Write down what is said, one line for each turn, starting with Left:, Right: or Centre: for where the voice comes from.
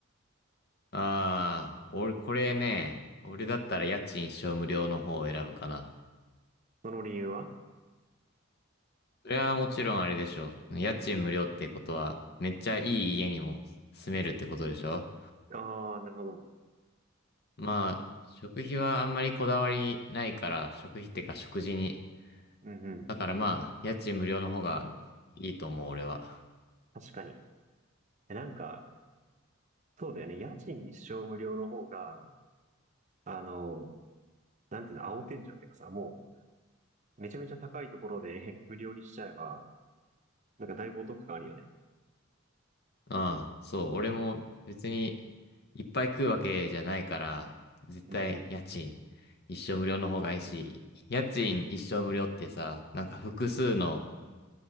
Left: ああ、俺、これね、俺だったら家賃一生無料の方を選ぶかな。
Right: その理由は
Left: それはもちろんあれでしょう。家賃無料ってことは、めっちゃいい家にも住めるってことでしょ
Right: ああー、なるほど。
Left: まあ、食費はあんまりこだわりないから、食費ってか食事に。
Right: うんうん。
Left: だからまあ、家賃無料の方がいいと思う、俺は。
Right: 確かに。えなんか、そうだよね。家賃一生無料の方が、あの、なんていうの、青天井っていうかさ、もう、めちゃめちゃ高いところで <laughs> 無料にしちゃえば、なんかだいぶお得感あるよね。
Left: ああ、そう、俺も別にいっぱい食うわけじゃないから、絶対家賃
Right: うんうん。
Left: 一生無料の方がいいし、家賃一生無料ってさ、なんか複数の、